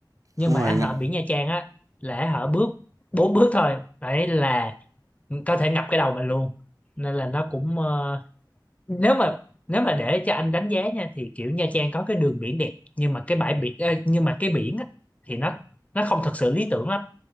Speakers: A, on the left (about 20°); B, on the right (about 45°).
A: nhưng
B: đúng
A: mà
B: rồi anh
A: họ
B: ạ.
A: biển Nha Trang á là họ bước bốn bước thôi đấy là có thể ngập cái đầu mình luôn nên là nó cũng ờ, nếu mà nếu mà để cho anh đánh giá nha thì kiểu Nha Trang có cái đường biển đẹp nhưng mà cái bãi biển ờ, nhưng mà cái biển á, thì nó nó không thật sự lý tưởng lắm